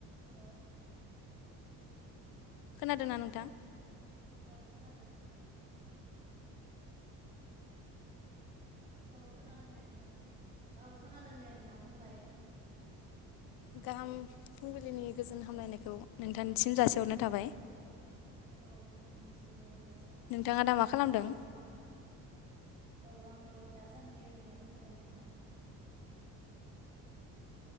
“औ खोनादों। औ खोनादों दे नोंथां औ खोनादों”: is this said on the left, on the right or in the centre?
Right